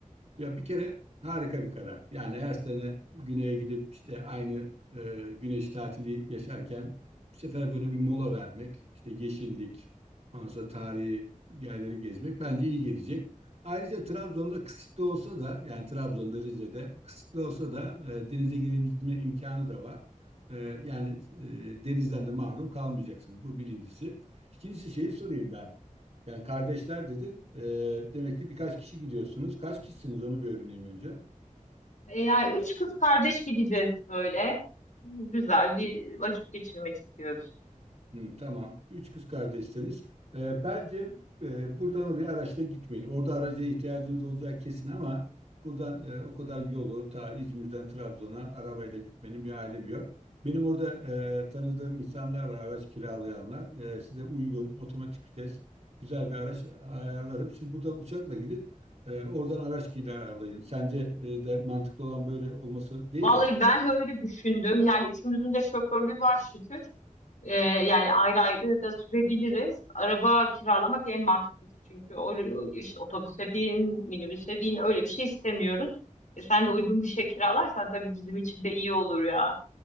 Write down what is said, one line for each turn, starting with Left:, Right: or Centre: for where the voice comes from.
Right: Ya bir kere harika bir karar. Yani her sene güneye gidip işte aynı e, güneş tatili yaşarken bu sefer böyle bir mola vermek, işte yeşillik, ondan sonra tarihi yerleri gezmek bence iyi gelecek. Ayrıca Trabzon'da kısıtlı olsa da yani Trabzon'da Rize'de kısıtlı olsa da e, denize girebilme imkanı da var. E, yani e, denizden de mahrum kalmayacaksınız. Bu birincisi. İkincisi şeyi sorayım ben. Yani kardeşler dedin. e, demek ki birkaç kişi gidiyorsunuz. Kaç kişisiniz onu bir öğreneyim önce.
Left: E yani üç kız kardeş gideceğiz böyle. Güzel bir vakit geçirmek istiyoruz.
Right: Hı, tamam. Üç kız kardeşseniz e, bence e, buradan oraya araçla gitmeyin. Orada araca ihtiyacınız olacağı kesin ama buradan e, o kadar yolu ta İzmir'den Trabzon'a arabayla gitmenin bir alemi yok. Benim orada e, tanıdığım insanlar var, araç kiralayanlar. E, size uygun, otomatik vites, güzel bir araç ayarlarım. Siz buradan uçakla gidin, e, oradan araç kiralayın. Sence e, de mantıklı olan böyle olması değil
Left: Vallahi
Right: mi?
Left: ben de öyle düşündüm. Yani üçümüzün de şoförlüğü var şükür. Ee, yani ayrı ayrı da sürebiliriz. Araba kiralamak en mantıklısı çünkü o, işte otobüse bin, minibüse bin öyle bir şey istemiyoruz. E, sen de uygun bir şey kiralarsan tabii bizim için de iyi olur ya.